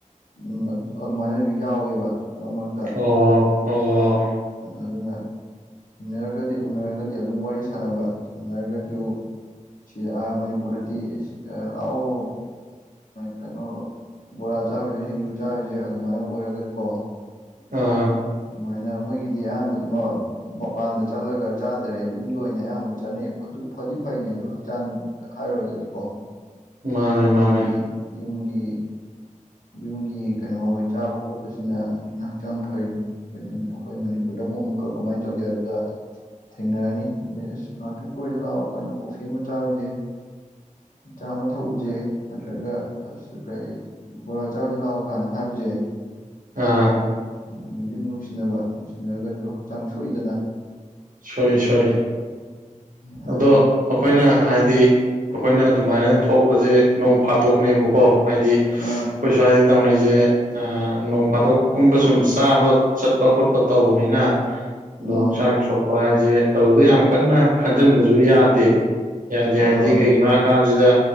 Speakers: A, on the left; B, on the right.
A: ꯎ ꯑꯗꯨꯃꯥꯏꯅꯁꯨ ꯌꯥꯎꯋꯦꯕ ꯃꯔꯛ ꯃꯔꯛꯇ
B: ꯑꯣ ꯍꯣ ꯑꯣ
A: ꯑꯗꯨꯅ ꯎꯅꯔꯒꯗꯤ ꯎꯅꯔꯒꯗꯤ ꯑꯗꯨꯝ ꯋꯥꯔꯤ ꯁꯥꯟꯅꯕ ꯁꯥꯟꯅꯔꯒꯁꯨ ꯁꯤ ꯑꯥ ꯃꯅꯤꯄꯨꯔꯗꯗꯤ ꯂꯛꯑꯣ ꯀꯩꯅꯣ ꯕꯣꯔꯥ ꯆꯥꯔꯨꯁꯦ ꯁꯤꯡꯖꯨ ꯆꯥꯔꯨꯁꯦ ꯑꯗꯨꯃꯥꯏꯅ ꯑꯣꯏꯔꯒꯁꯨ ꯀꯣ
B: ꯑꯥ
A: ꯑꯗꯨꯃꯥꯏꯅ ꯃꯣꯏꯒꯤꯗꯤ ꯑꯌꯥꯝꯕ ꯑꯗꯨꯃꯛ ꯃꯄꯥꯟꯗ ꯆꯠꯂꯒ ꯆꯥꯗ꯭ꯔꯦ ꯌꯨꯝꯗ ꯑꯣꯏꯅ ꯑꯌꯥꯝꯕ ꯆꯠꯅꯩꯕ ꯑꯗꯨ ꯐꯗꯤ ꯐꯩꯅꯤ ꯑꯗꯨ ꯍꯛꯆꯥꯡ ꯍꯥꯏꯔꯨꯔꯒꯗꯤꯀꯣ
B: ꯃꯥꯅꯦ
A: ꯌꯨꯝꯒꯤ
B: ꯃꯥꯅꯦ
A: ꯌꯨꯝꯒꯤ ꯌꯨꯝꯒꯤ ꯀꯩꯅꯣ ꯑꯣꯏ ꯆꯥꯕ ꯈꯣꯠꯄꯁꯤꯅ ꯑꯗꯨꯅ ꯍꯛꯆꯥꯡ ꯐꯔꯤꯅꯤ ꯑꯩꯈꯣꯏ ꯃꯅꯤꯄꯨꯔꯗ ꯑꯃꯨꯛ ꯑꯃꯨꯛꯀ ꯀꯃꯥꯏꯅ ꯇꯧꯒꯦ ꯍꯥꯏꯕꯗ ꯊꯦꯡꯅꯔꯅꯤ ꯑ ꯑꯁ ꯉꯥꯛꯇꯪ ꯀꯣꯏꯗ ꯂꯥꯛꯑꯣ ꯀꯩꯅꯣ ꯀꯣꯐꯤ ꯑꯃ ꯆꯥꯔꯨꯁꯤ ꯆꯥ ꯑꯃ ꯊꯥꯛꯎꯁꯦ ꯅꯠꯇ꯭ꯔꯒ ꯀꯩ ꯕꯣꯔꯥ ꯆꯥꯔꯨꯁꯦ ꯂꯥꯛꯑꯣ ꯀꯥꯏꯅ ꯍꯥꯏꯕꯁꯦ
B: ꯑꯥ
A: ꯅꯨꯡꯗꯤ ꯅꯨꯡꯁꯤꯅꯕ ꯅꯨꯡꯁꯤꯅꯔꯒꯁꯨ ꯍꯛꯆꯥꯡ ꯁꯣꯛꯏꯗꯅ
B: ꯁꯣꯏ ꯁꯣꯏ
A: ꯑꯗꯨꯅ
B: ꯑꯗꯣ ꯑꯩꯈꯣꯏꯅ ꯍꯥꯏꯗꯤ ꯑꯩꯈꯣꯏꯅ ꯑꯗꯨꯃꯥꯏꯅ ꯊꯣꯛꯄꯁꯦ ꯅꯣꯡ ꯐꯥꯗꯣꯛꯅꯦꯕꯀꯣ ꯍꯥꯏꯗꯤ ꯑꯩꯈꯣꯏ
A: ꯑ
B: ꯁ꯭ꯋꯥꯏꯗ ꯇꯧꯅꯩꯁꯦ ꯑ ꯅꯣꯡ ꯐꯥꯗꯣꯛꯀꯨꯝꯕ ꯁꯨꯝ ꯆꯥꯕ ꯆꯠꯄ ꯈꯣꯠꯄ ꯇꯧꯕꯅꯤꯅ
A: ꯎꯝ
B: ꯑꯗꯣ ꯍꯛꯆꯥꯡ ꯁꯣꯛꯄ ꯍꯥꯏꯁꯦ ꯑꯗꯨꯗ ꯌꯥꯝ ꯀꯟꯅ ꯈꯟꯖꯤꯟꯕꯁꯨ ꯌꯥꯗꯦ ꯌꯥꯗꯦ
A: ꯍꯣꯏ
B: ꯍꯥꯏꯔꯗꯤ
A: ꯍꯣꯏ
B: ꯀꯩꯒꯤꯅꯣ ꯍꯥꯏꯔ ꯀꯥꯟꯁꯤꯗ